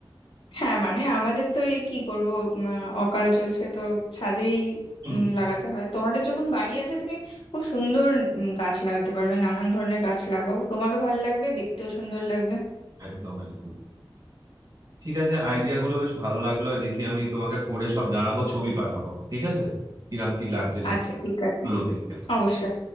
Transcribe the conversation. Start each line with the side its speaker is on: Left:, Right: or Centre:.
Left: হ্যাঁ মানে আমাদের তো এই কি করব উম, অকাল চলছে তো ছাদেই
Right: হুম,
Left: উম, লাগাতে হয় তোমাদের যখন বাড়ি আছে তুমি খুব সুন্দর উম, গাছ লাগাতে পারবে নানান ধরনের গাছ লাগাও তোমারও ভালো লাগবে দেখতেও সুন্দর লাগবে
Right: একদম একদম ঠিক আছে আইডিয়া গুলো বেশ ভালো লাগলো দেখি আমি তোমাকে পড়ে সব জানাবো ছবি পাঠাবো ঠিক আছে কিরাম কি লাগছে সব
Left: আচ্ছা ঠিক আছে
Right: গুলো দেখবে
Left: অবশ্যই